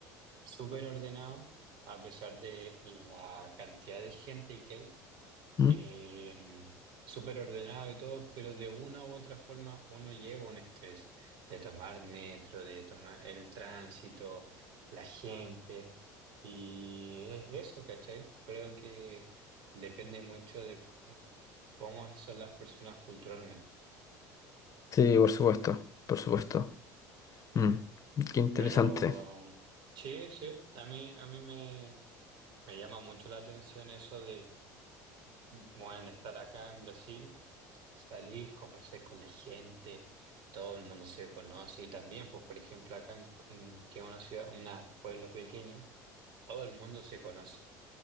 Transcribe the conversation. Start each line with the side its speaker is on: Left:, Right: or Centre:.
Right: súper ordenado, a pesar de la cantidad de gente que hay,
Left: Mm.
Right: eh, súper ordenado y todo, pero de una u otra forma uno lleva un estrés de tomar metro, de tomar el tránsito, la gente, y es eso, ¿cachai? Creo que depende mucho de c- cómo son las personas culturalmente.
Left: Sí, por supuesto, por supuesto. Mm, Qué interesante.
Right: Pero sí, sí, a mí, a mí me, me llama mucho la atención eso Bueno, de estar acá en Brasil, salís, conversás con la gente, todo el mundo se conoce y también, pues, por ejemplo, acá en, en- que es una ciudad, una- un pueblo pequeño, todo el mundo se conoce.